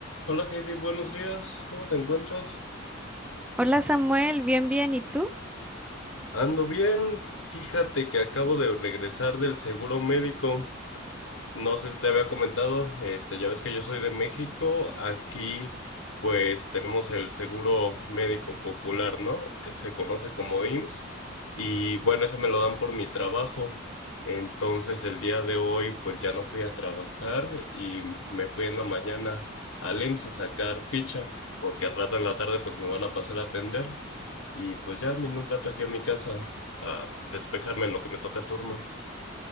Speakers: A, on the left; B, in the centre.
A: Hola Heidi, buenos días, ¿cómo te encuentras?
B: Hola Samuel, bien, bien, ¿y tú?
A: Ando bien, fíjate que acabo de regresar del seguro médico. No sé si te había comentado, este, ya ves que yo soy de México, aquí pues tenemos el seguro médico popular, ¿no? Que se conoce como IMSS y bueno, ese me lo dan por mi trabajo. Entonces el día de hoy pues ya no fui a trabajar y me fui en la mañana al IMSS a sacar ficha, porque al rato en la tarde pues me van a pasar a atender y pues ya vine un rato aquí a mi casa a despejarme en lo que me toca turno.